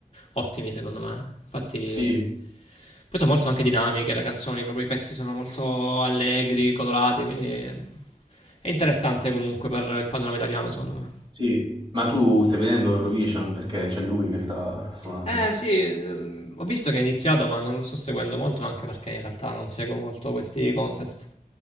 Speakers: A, on the left; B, on the right.
A: ottimi secondo me. Infatti,
B: Sì.
A: poi sono molto anche dinamiche le canzoni, proprio i pezzi sono molto allegri, colorati, quindi è interessante comunque per il panorama italiano secondo me.
B: Sì, ma tu stai vedendo Eurovision perché c'è lui che sta, sta suonando.
A: Eh sì, ehm, ho visto che è iniziato, ma non lo sto seguendo molto, anche perché in realtà non seguo molto questi contest.